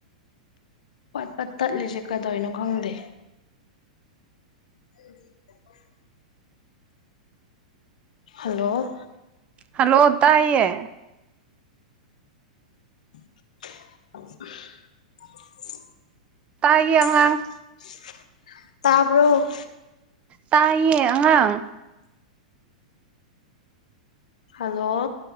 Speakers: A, on the left; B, on the right.
A: ꯄꯠ ꯄꯠ ꯇꯠꯂꯤꯁꯦ ꯀꯩꯗꯣꯏꯅꯣ ꯈꯪꯗꯦ ꯎ <inaudible> ꯍꯜꯂꯣ
B: ꯍꯜꯂꯣ ꯇꯥꯏꯌ‌ꯦ
A: <unintelligible>
B: ꯇꯥꯏꯌꯦ ꯑꯉꯥꯡ
A: ꯇꯥꯕꯔꯣ
B: ꯇꯥꯏꯌꯦ ꯑꯉꯥꯡ
A: ꯍꯜꯂꯣ